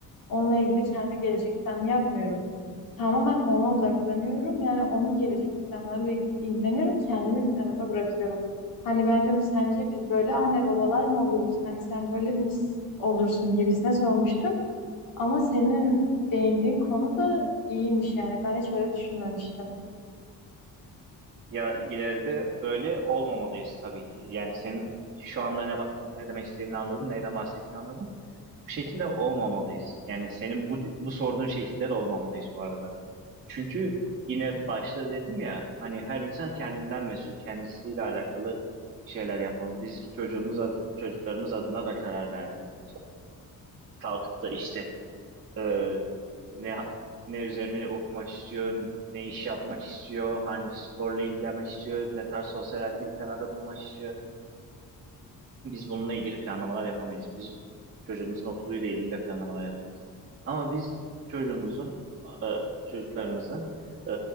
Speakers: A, on the left; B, on the right.
A: Onunla ilgili kendi gelecek planı yapmıyorum. Tamamen ona odaklanıyorum. Yani onun gelecek planlarıyla ilg- ilgileniyorum. Kendimi bir tarafa bırakıyorum. Hani ben bence sence biz böyle anne babalar mı oluruz? Hani sen böyle mi olursun gibisine sormuştum. Ama senin değindiğin konu da iyiymiş yani. Ben hiç öyle düşünmemiştim.
B: Ya ileride böyle olmamalıyız tabii ki. Yani senin şu anda ne, ba- ne demek istediğini anladım, neyden bahsettiğini anladım. Bu şekilde olmamalıyız. Yani senin bu, bu sorduğun şekilde de olmamalıyız bu arada. Çünkü yine başta dedim ya hani her insan kendinden mesul, kendisiyle alakalı şeyler yapmalı. Biz çocuğumuz adı- çocuklarımız adına da karar vermemeliyiz. Kalkıp da işte e, ne ne üzerine okumak istiyor, ne iş yapmak istiyor, hangi sporla ilgilenmek istiyor, ne tarz sosyal aktivitelerde bulunmak istiyor. Biz bununla ilgili planlamalar yapamayız. Biz çocuğumuzun okuluyla ilgili de planlamalar yapamayız. Ama biz çocuğumuzun, e, çocuklarımızın e,